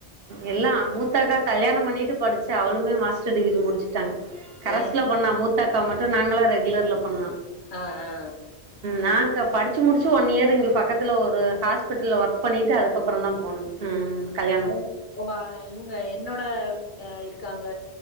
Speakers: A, on the right; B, on the left.
A: எல்லா மூத்தக்கா கல்யாணோ பண்ணிட்டு படிச்சா அவளுமே மாஸ்டர் டிகிரி முடிச்சுட் டாங் கரஸ்ல
B: ஏய்
A: பண்ணா
B: ஏ
A: மூத்தாக்கா மட்டு நாங்களா ரெகுலர்ல பண்ணோ
B: ஆ ஆ
A: நாங்கா படிச்சு முடிச்சு ஒன் இயர் இங்க பக்கத்துல ஒரு ஹாஸ்பிட்டல்ல ஒர்க் பண்ணிட்டு அதுக்கப்புறோ தா போனேங் கல்
B: இவங்க உங்க இவங்க என்னோட இருக்காங்க